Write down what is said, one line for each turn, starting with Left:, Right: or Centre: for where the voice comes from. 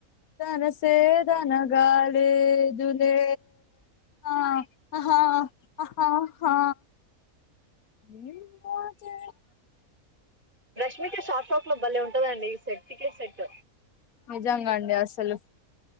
Left: తనసే దనగా లేదులే ఆ ఆ హా ఆ ఆహా న్యుమోచే
Right: రష్మిక షాపప్ లో భలే ఉంటదండి. ఈ సెట్టికే సెట్
Left: నిజంగా అండి అసలు.